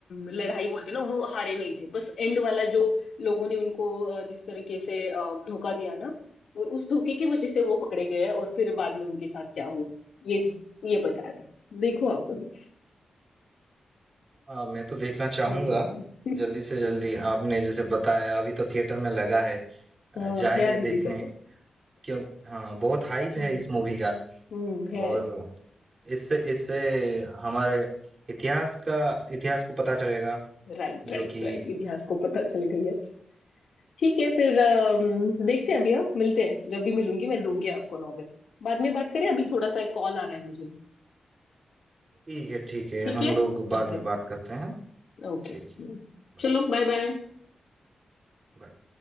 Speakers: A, on the left; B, on the right.
A: लड़ाई बोलते ना वो हारे नहीं थे बस एंड वाला जो लोगों ने उनको अ, जिस तरीके से अ, धोखा दिया ना वो उस धोखे की वजह से वो पकड़े गए और फिर बाद में उनके साथ क्या हुआ ये ये बताया था देखो आप कभी
B: हाँ, मैं तो देखना चाहूंगा
A: हम्म। <laughs>
B: जल्दी से जल्दी आपने जैसे बताया अभी तो थिएटर में लगा है आ,
A: हाँ
B: जाएंगे
A: है दीदी
B: देखने
A: तेरे
B: क्यों हाँ बहुत हाइप
A: हाँ
B: है इस मूवी का
A: हम्म है
B: और इससे इससे हमारे इतिहास का इतिहास को पता चलेगा
A: राइट
B: जो
A: राइट
B: कि
A: राइट इतिहास को पता चलेगा यस ठीक है फिर अम, देखते हैं अभी हम मिलते हैं जब भी मिलूंगी मैं दूंगी आपको नॉवेल बाद में बात करें अभी थोड़ा सा एक कॉल आ रहा है मुझे
B: ठीक है ठीक है
A: ठीक
B: हम
A: है
B: लोग बाद
A: ओके
B: में बात करते हैं
A: ओके
B: ठीक है Bye
A: चलो बाय बाय
B: bye